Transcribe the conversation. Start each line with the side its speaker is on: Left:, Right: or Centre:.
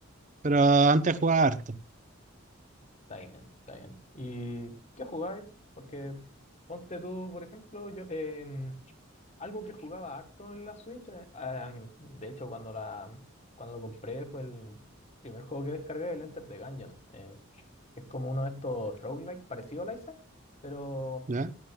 Right: Pero antes jugaba harto,
Left: Está bien, está bien. ¿Y qué jugáis? Porque ponte tú, por ejemplo, yo em, algo que jugaba harto en la Switch, eh, ah, de hecho cuando la cuando lo compré fue el primer juego que descargué, el Enter the Gungeon. eh, es como uno de estos roguelike parecido al Isaac, pero
Right: ¿ya?